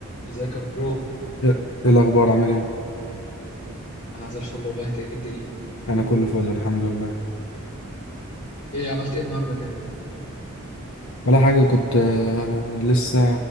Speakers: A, on the left (about 30°); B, on the left (about 70°).
A: ازيك يا برو
B: ايه إيه الاخبار عامل ايه
A: انا زي الفل والله انت ايه الدنيا
B: انا كله فل الحمد لله
A: ايه عملت ايه النهارده كده
B: ولا حاجه كنت آه، لسه